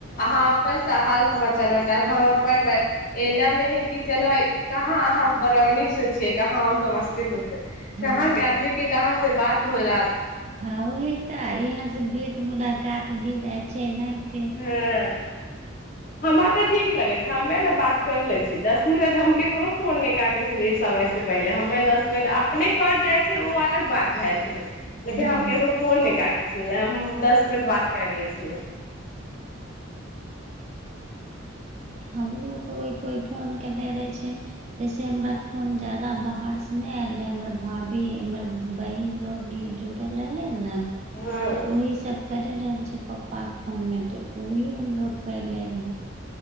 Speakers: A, on the left (about 45°); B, on the right (about 35°).
A: अहाँ अपन स हाल - समाचार बतेएब हम अपन ब एना मे है कि चलो भाय कहाँ अहाँ बरौनी से छियै कहाँ हम समस्ती स्तीपुर से
B: हँ
A: कहाँ के आदमी के कहाँ से बात हो जात।
B: हँ ओहे तऽ इहाँ से भेंट-मुलाकात भे जाइ छै एनाहिते।
A: हॅं। हमर त ठीक लगै छै हम्मे तऽ बात कर लै छियै दस मिनट हम केकरो फोन नै काटै छी समय से पहिले हम्मे दस मिनट अपने कट जाइ छै उ अलग बात भेए ज छलै। लेकिन
B: हँ
A: हम केकरो फोन नै काटै छलियै हम्म दस मिनट बात कैर लै छलियै।
B: हमरो कोई-कोई फोन केले रहै छै। जैसे हमरा फोन ज्यादा बाहर से नै एल रहै हमर भाभी हमर बहिन लोग इ जुड़ल रहलै नऽ
A: हँ
B: त ओहि सब केए रहल छै पप्पा के फोन मे त ओही हमलोग कैले रहै।